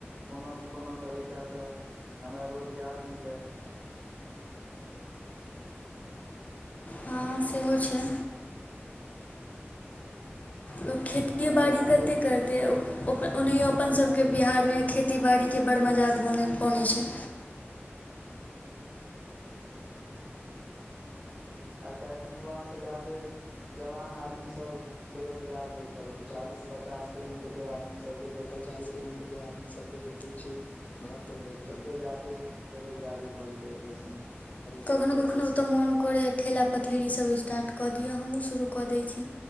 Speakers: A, on the right (about 35°); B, on the left (about 35°).
A: कोनो ने कोनो तरीकासँ हमरा रोजगार मिलय।
B: हँ सेहो छै। लोक
A: एहिमे
B: खेतिे
A: सभसँ
B: बाड़ी
A: ज्यादे
B: कते करतै। तऽ ओनाहियो अपन सभके बिहारमे खेती बाड़ीके बडड़ मजाक बनैत छै।
A: आइ काल्हि युवा से जा्यदे। जवान आदमी सब बेरोजगार बैठल छै चालीस पचास के उम्र के आदमी सब के देखे
B: पचास
A: छै।
B: के उम्र के आदमी सबके देखैत छियै घर पर बैठे।
A: एतेक जादे। बेरोजगारी भऽ गेलैए देशमे।
B: कखनो कखनो ओते मोन करया ठेला पथरी सब स्टार्ट कऽ द दि हमहुँ शुरू कऽ दै छी